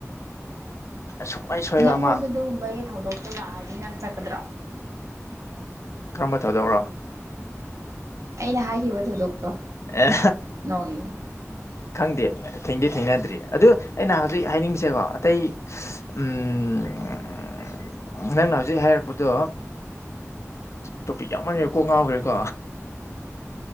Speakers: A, on the left (about 60°); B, on the right (about 70°).
A: ꯁꯨꯋꯥꯏ ꯁꯣꯏꯕ
B: ꯅꯪꯉꯣꯟꯗ
A: ꯑꯃ
B: ꯑꯗꯨꯒꯨꯝꯕꯒꯤ ꯊꯧꯗꯣꯛ ꯂꯥꯗꯤꯟ ꯂꯪ ꯆꯀꯗ꯭ꯔꯥ
A: ꯀꯔꯝꯕ ꯊꯧꯗꯧꯔꯣ
B: ꯑꯩꯅ ꯍꯥꯏꯈꯤꯕ ꯊꯧꯗꯣꯛꯇꯣ
A: ꯑꯦ
B: ꯅꯣꯏꯅꯦ
A: ꯈꯪꯗꯦ ꯊꯦꯡꯗꯤꯦ ꯊꯦꯡꯅꯗ꯭ꯔꯤ ꯑꯗꯨ ꯑꯩꯅ ꯍꯧꯖꯤꯛ ꯍꯥꯏꯅꯤꯡꯁꯦꯀꯣ ꯑꯇꯩ ꯅꯪꯅ ꯍꯧꯖꯤꯛ ꯍꯥꯏꯔꯛꯄꯗꯣ ꯇꯣꯄꯤꯛ ꯌꯥꯃꯟꯒ꯭ꯔ‌ꯦ ꯀꯣꯛ ꯉꯥꯎꯈ꯭ꯔꯦꯀꯣ